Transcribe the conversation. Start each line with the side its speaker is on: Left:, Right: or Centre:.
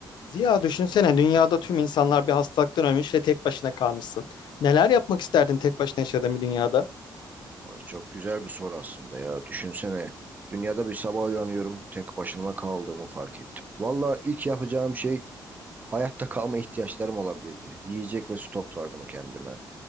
Left: Ziya düşünsene dünyada tüm insanlar bir hastalıktan ölmüş ve tek başına kalmışsın. Neler yapmak isterdin tek başına yaşadığın bir dünyada?
Right: Ay çok güzel bir soru aslında ya. Düşünsene. Dünyada bir sabah uyanıyorum. Tek başıma kaldığımı fark ettim. Valla ilk yapacağım şey hayatta kalma ihtiyaçlarım olabilirdi. Yiyecek ve su toplardım kendime.